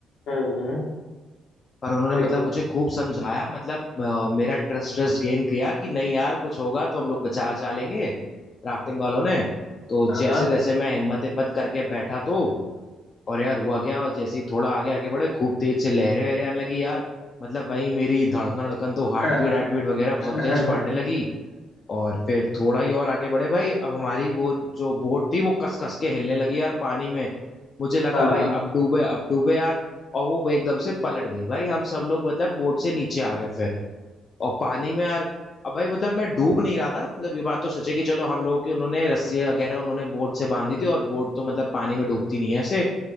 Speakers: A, on the left; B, on the left.
A: हम्म हम्म,
B: पर उन्होंने
A: फिर
B: मतलब
A: क्या
B: मुझे खूब समझाया मतलब अ, मेरा ट्रस्ट ट्रस्ट गेन किया कि नहीं यार कुछ होगा तो हम लोग बचा बचा लेंगे राफ्टिंग वालों ने तो
A: हाँ
B: जैसे तैसे मैं हिम्मत हिम्मत करके बैठा तो और यार हुआ क्या और जैसे ही थोड़ा आगे आगे बढ़े खूब तेज से लहरें वहरें आने लगी यार मतलब वही मेरी धड़कन धड़कन तो हार्ट
A: हाँ
B: बीट
A: हाँ
B: हार्ट बीट वगैरह
A: <laughs>
B: बहुत तेज बढ़ने लगी और फिर थोड़ा ही और आगे बढ़े भाई अब हमारी वो जो बोट थी वो कस कस के हिलने लगी यार पानी में मुझे लगा
A: हाँ
B: भाई अब डूबे अब डूबे यार और वो एकदम से पलट गई भाई हम सब लोग मतलब बोट से नीचे आ गए फिर और पानी में यार अब भाई मतलब मैं डूब नहीं रहा था मतलब ये बात तो सच है कि चलो हम लोगों की उन्होंने रस्सी वगैरह उन्होंने बोट से बांधी थी और बोट तो मतलब पानी में डूबती नहीं है ऐसे